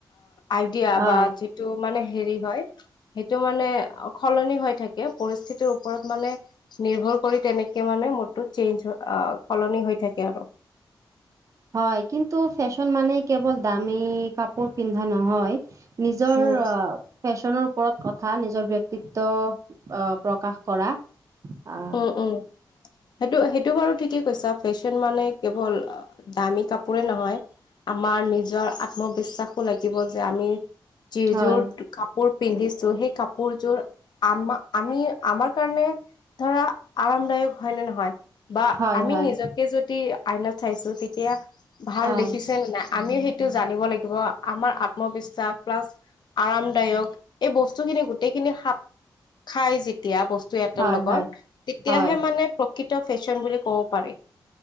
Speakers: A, on the left (about 65°); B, on the right (about 40°).
A: আইডিয়া
B: অ',
A: বা যিটো মানে হেৰি হয়। সেইটো মানে সলনি হৈ থাকে পৰিস্থিতিৰ ওপৰত মানে নিৰ্ভৰ কৰি তেনেকে মানে মদতো চেঞ্জ সলনি হৈ থাকে আৰু।
B: হয় কিন্তু ফেশ্বন মানে কেৱল দামী কাপোৰ পিন্ধা নহয়। নিজৰ
A: উম
B: ফেশ্বনৰ ওপৰত কথা নিজৰ ব্য়ক্তিত্ব আহ প্ৰকাশ কৰা আহ
A: উম, উম। সেইটো সেইটো বাৰু ঠিকেই কৈছা ফেশ্বন মানে কেৱল দামী কাপোৰে নহয়। আমাৰ নিজৰ আত্মবিশ্বাসো লাগিব যে আমি যিযোৰ
B: হয়,
A: কোৰ পিন্ধিছো সেই কাপোৰযোৰ আম আমি আমাৰ কাৰণে ধৰা আৰামদায়ক হয় নে নহয় বা
B: হয়,
A: আমি
B: হয়,
A: নিজক যদি আইনত চাইছো তেতিয়া ভাল
B: অ',
A: দেখিছে নে নাই আমিও শ টো জানিব লাগিব। আমাৰ আত্মবিশ্বাস প্লাছ আৰামদায়ক। এই বস্তুখিনি গোটেইখিনি খাপ খাই যেতিয়া বস্তু এটাৰ
B: হয়,
A: লগত,
B: হয়,
A: তেতিয়াহে
B: হয়,
A: মানে প্ৰকৃত ফেশ্বন বুলি ক'ব পাৰি।